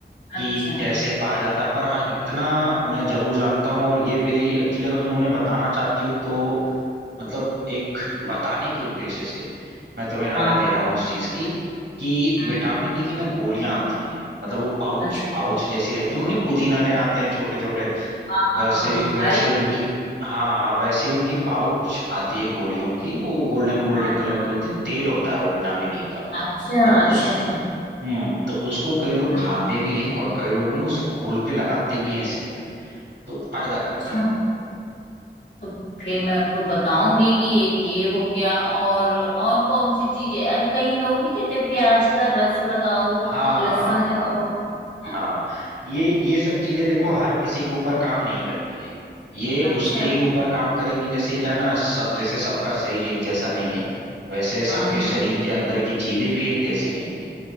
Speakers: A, on the right (about 80°); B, on the left (about 75°).
A: कि
B: अच्छा
A: कैसे पाया जाता है पर हाँ इतना मैं जरूर जानता हूँ और ये मेरी एक्चुअली अगर तुम उन्हें बताना चाहती हो तो मतलब एक बताने के उद्देश्य से मैं तुम्हें राय
B: हाँ
A: दे
B: हाँ
A: रहा हूँ इस चीज की कि
B: हम्म
A: विटामिन ई की ना गोलियां आती हैं मतलब वो पाउच
B: अच्छा
A: पाउच जैसी रहती हैं उन्हीं पुदीना रहे आते हैं छोटे छोटे
B: हाँ हाँ
A: वैसे
B: हाँ हाँ
A: वैसे
B: हरे
A: उनकी
B: हरे
A: हाँ हाँ वैसे उनकी पाउच आती है गोलियों की वो गोल्डन गोल्डन
B: हाँ
A: कलर की होती है तेल होता है वो विटामिन ई का
B: अच्छा
A: तो
B: अच्छा
A: उस
B: अच्छा
A: हम्म तो उसको कई लोग
B: हम्म
A: खाते भी हैं और कई लोग ना उसे खोल के लगाते भी हैं सिर में तो फायदा
B: अच्छा
A: करता है वो
B: तो फिर मैं उनको बताऊंगी कि एक ये हो गया और और कौन सी चीज है और कई लोग नहीं कहते प्याज का रस लगाओ
A: हाँ
B: लहसुन
A: हाँ
B: लगाओ
A: हाँ
B: है
A: हाँ ये ये सब चीजें देखो हर किसी के ऊपर काम नहीं करती हैं ये
B: अच्छा
A: उसके ही ऊपर काम करेंगी जैसे क्या है ना सब जैसे सबका शरीर एक जैसा नहीं है वैसे सबके
B: हाँ हाँ
A: शरीर के अंदर की चीजें भी एक जैसी नहीं है